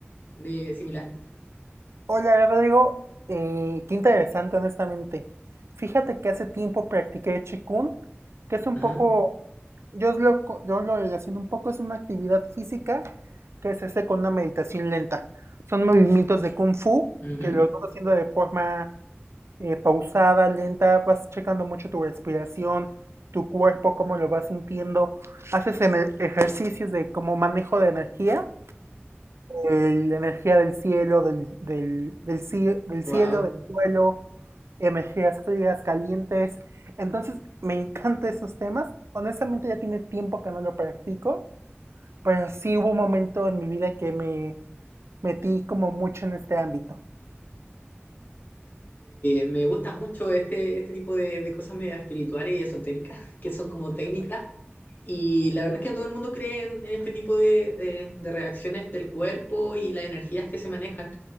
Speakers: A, on the left; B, on the right.
A: de similar?
B: Hola Rodrigo, Eh, qué interesante honestamente. Fíjate que hace tiempo practiqué Qigong, que es un
A: Ajá.
B: poco, yo lo, co- yo lo relaciono un poco, es una actividad física que se hace con una meditación lenta. Son movimientos de Kung Fu
A: ujú.
B: que los vas haciendo de forma eh, pausada, lenta, vas checando mucho tu respiración, tu cuerpo, cómo lo vas sintiendo, haces en- ejercicios de como manejo de energía el- la energía del cielo, del, del, del cie- del
A: Wow.
B: cielo, del suelo, energías frías, calientes. Entonces, me encantan esos temas. Honestamente, ya tiene tiempo que no lo practico, pero sí hubo un momento en mi vida que me metí como mucho en este ámbito.
A: me gusta mucho este, este tipo de, de cosas medio espirituales y esotéricas, <laughs> que son como técnicas. Y la verdad es que no todo el mundo cree en, en este tipo de, de de reacciones del cuerpo y las energías que se manejan.